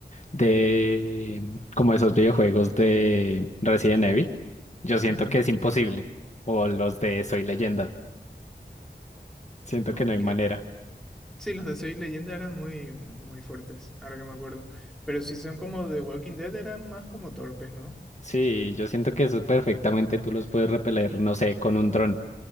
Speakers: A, on the left; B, in the centre.
A: de como esos videojuegos de Resident Evil. Yo siento
B: Ujú.
A: que es imposible. O los de Soy Leyenda. Siento
B: Ok.
A: que no hay manera.
B: Sí, los de Soy Leyenda eran muy, muy fuertes, ahora que me acuerdo. Pero si son como The Walking Dead, eran más como torpes, ¿no?
A: Sí, yo siento que eso perfectamente tú los puedes repeler, no sé, con un dron.